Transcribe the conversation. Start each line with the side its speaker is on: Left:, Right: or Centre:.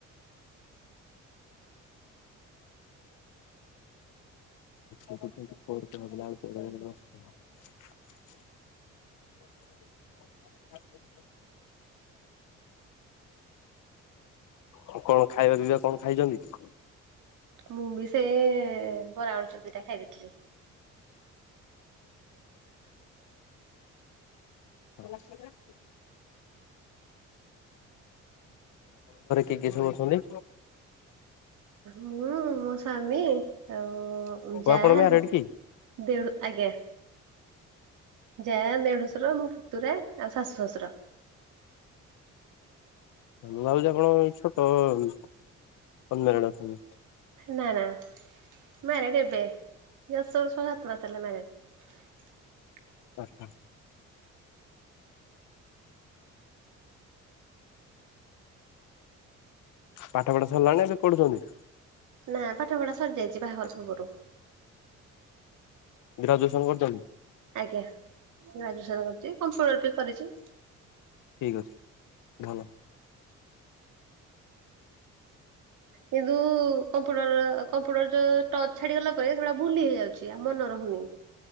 Left: <unintelligible> ଆଉ କଣ ଖାଇବା ପିଇବା କଣ ଖାଇଚନ୍ତି?
Right: ମୁଁ ବି ସେ ଏ ବରା ଆଳୁଚପ ଦିଟା ଖାଇ ଦେଇଥିଲି।
Left: ଆପଣଙ୍କ ଘରେ କିଏ କିଏ ସବୁ ଅଛନ୍ତି?
Right: ମୁଁ ମୋ ସ୍ଵାମୀ ଆଉ
Left: ଓ
Right: ଯାଆ
Left: ଆପଣ ମ୍ୟାରେଡ୍ କି?
Right: ଦେଡୁ ଆଜ୍ଞା ଯାଆ ଦେଡୁଶୁର ର ମୋ ପୁତୁରା ଆଉ ଶାଶୂ ଶ୍ଵଶୁର।
Left: ମୁଁ ଭାବୁଛି ଆପଣ ଏ ଛୋଟ ଅ ଅ ଅନମ୍ୟାରେଡ୍ ଅଛନ୍ତି।
Right: ନା ନା ମ୍ୟାରେଡ୍ ଏବେ ଜଷ୍ଟ ଛଅ ସାତ ମାସ ହେଲା ମ୍ୟାରେଡ।
Left: ଆଚ୍ଛା। ପାଠ ପଢା ସରିଲାଣି ନା ଏବେ ପଢୁଛନ୍ତି?
Right: ନା ପାଠପଢା ସରି ଯାଇଛି ବାହାଘର ପୂର୍ବରୁ।
Left: ଗ୍ରାଜୁଏସନ କରିଚନ୍ତି?
Right: ଆଜ୍ଞା। ଗ୍ରାଜୁଏସନ କରିଚି କମ୍ପ୍ୟୁଟର ବି କରିଚି।
Left: ଠିକ୍ ଅଛି ଭଲ
Right: କିନ୍ତୁ କମ୍ପୁଟର କମ୍ପୁଟର ଯୋଉ ଟଚ ଛାଡିଗଲା ପରେ ସେଟା ଭୁଲି ହେଇଯାଉଛି ଆଉ ମନେ ରହୁନି